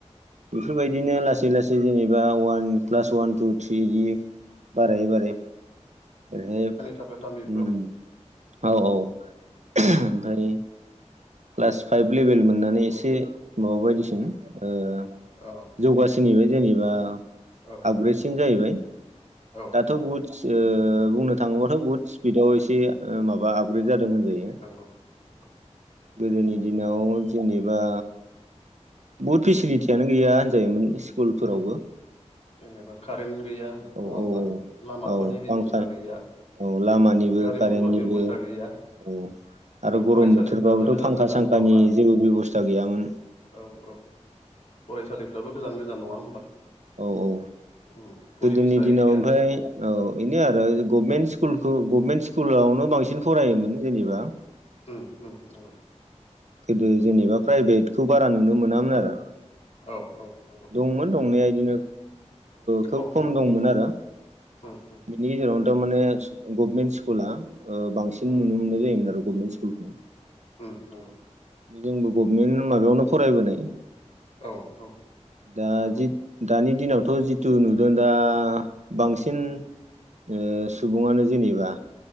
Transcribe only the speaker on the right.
बेफोरबायदिनो लासै लासै जेनेबा अवान क्लास अवान टु थ्रि बारायै बारायै ओरैहाय
औ औ ओम ओम
ओमफ्राय क्लास फाइभ लेभेल मोननानै एसे माबा बायदिसिम ओ
जौगासोननिबाय जेनेबा
आपग्रेडसिन जाहैबाय
दाथ'
बुहुद बुंनो थाङोबाथ' बुहुद स्पिडाव एसे माबा आपग्रेड जादों होनजायो
गोदोनि दिनाव जेनेबा बहुत फेसिलिटियानो गैया होनजायोमोन स्कुलफोरावबो
औ
औ
औ
औ फांखा
औ लामानिबो
कारेन्टनिबो
औ आरो गरम
बोथोर सोरबाबोथ'
फांखा
सांखानि
जेबो बेब'स्था गैयामोन
औ औ
गोदोनि दिनाव
ओमफ्राय
औ बेनो आरो गभमेन्ट स्कुलखौ गभमेन्ट स्कुलावनो बांसिन फरायोमोन जेनेबा
गोदो जेनेबा प्राइभेटखौ बारा नुनो मोनामोन आरो
दंमोन दंनाया बिदिनो खोब
खम दंमोन
आरो
बेनि गेजेरावनो थारमाने गभनमेन्ट स्कुला बांसिन
नुनो मोननाय जायोमोन आरो गभमेन्ट स्कुलखौ
बे जोंबो गभमेन्ट माबायावनो फरायबोनाय
दा
जि दानि दिनावथ' जिथु नुदों दा बांसिन ओ सुबुङानो जेनेबा